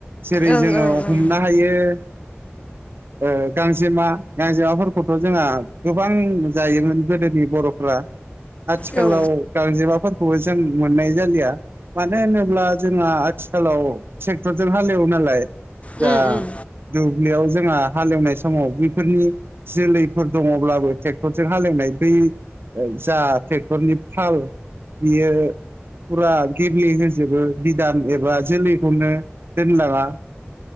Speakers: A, on the right; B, on the left.
A: जेरै
B: ओं
A: जोङो
B: ओं ओं
A: हमनो हायो ओ गां जेमा गांजेमाफोरखौथ' जोंहा गोबां जायोमोन गोदोनि बर'फ्रा। आथिखालाव
B: औ
A: गांजेमाफोरखौबो जों मोननाय जालिया। मानो होनोब्ला जोंहा आथिखालाव ट्रेकटरजों हालेवो नालाय। जा
B: उम उम
A: दुब्लियाव जोंहा हालेवनाय स समाव बिफोरनि जोलैफोर दङब्लाबो ट्रेक्टरजों हालेवनाय बै जा ट्रेक्टरनि फाल बियो फुरा गेब्ले होजोबो बिधान एबा जोलैखौनो दोनलाङा।